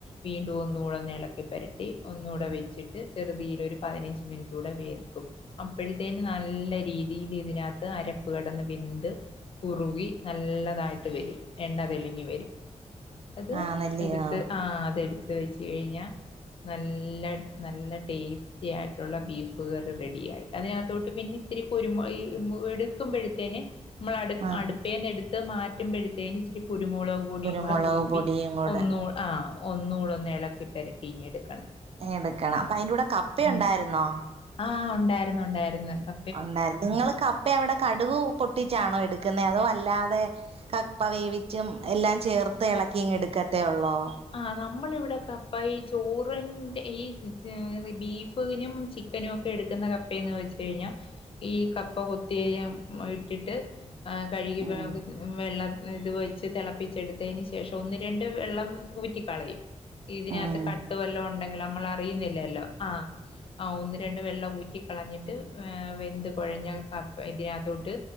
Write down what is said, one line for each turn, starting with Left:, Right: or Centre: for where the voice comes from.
Left: വീണ്ടും ഒന്നുകൂടെ ഒന്ന് എളക്കി പരട്ടി ഒന്നുകൂടെ വെച്ചിട്ട് ചെറുതീയില് പതിനഞ്ച് മിനിറ്റുടെ വേവിക്കും അപ്പഴേത്തേനു നല്ല രീതിൽ ഇതിനകത്ത് അരപ്പ് കടന്ന് വെന്ത് കുറുവി നല്ലതായിട്ട് വരും എണ്ണ തെളിഞ്ഞി വരും അത്
Right: ആന്നല്ലയോ
Left: എടുത്ത് ആഹ് അത് എടുത്ത് വെച്ച് കഴിഞ്ഞാ നല്ല നല്ല ടേസ്റ്റി ആയിട്ടുള്ള ബീഫ് കറി റെഡിയായി അതിനകത്തോട്ട് പിന്നെ ഇത്തിരി കുരുമ ഈ എടുക്കുമ്പോഴത്തേന് മ്മള് അട്
Right: ആഹ്
Left: അടുപ്പേന്ന് എടുത്ത് മാറ്റുമ്പോഴത്തേന് ഇച്ചിരി കുരുമുള പൊടിയും
Right: കുരുമുളക്
Left: കൂടെ തൂവി
Right: പൊടിയും കൂടെ
Left: ഒന്നു ആഹ് ഒന്നുടെ ഒന്ന് ഇളക്കി പരട്ടീങ്ങനെ എടുക്കണം
Right: എടുക്കണം അപ്പ അയിന്റെ കൂടെ കപ്പയുണ്ടായിരുന്നോ
Left: ആഹ് ഉണ്ടായിരുന്നു ഉണ്ടായിരുന്നു കാ
Right: ഉണ്ടായിരുന്നു നിങ്ങൾ കപ്പ അവിടെ കടുക് പൊട്ടിച്ചാണോ എടുക്കുന്നേ അതോ അല്ലാതെ കപ്പ വേവിച്ചും എല്ലാം ചേർത്ത് ഇളക്കിങ്ങ എടുക്കത്തേ ഒള്ളോ
Left: ആഹ് നമ്മള് വിടെ കപ്പ ഈ ചോറിന്റെ ഈ ബീഫ് ബീഫിനും ചിക്കനും ഒക്കെ എടുക്കുന്ന കപ്പയന്ന് വെച്ച് കഴിഞ്ഞാൽ ഈ കപ്പ കൊത്തിയ ഇട്ടിട്ട് കഴുകി
Right: ഉം
Left: വെള്ളം ഇത് വെച്ച് തിളപ്പിച്ചെടുത്തേന് ശേഷം ഒന്ന് രണ്ട് വെള്ളം ഊറ്റി കളയും ഇതിനകത്ത്
Right: ഉം
Left: കട്ട് വെല്ലോം ഉണ്ടെങ്കില് നമ്മള് അറിയുന്നില്ലല്ലോ ആഹ് ആഹ് ഒന്ന് രണ്ട് വെള്ളം ഊറ്റിക്കളഞ്ഞിട്ട് ഏഹ് വെന്ത് കുഴഞ്ഞ കപ്പ ഇതിനകത്തോട്ട്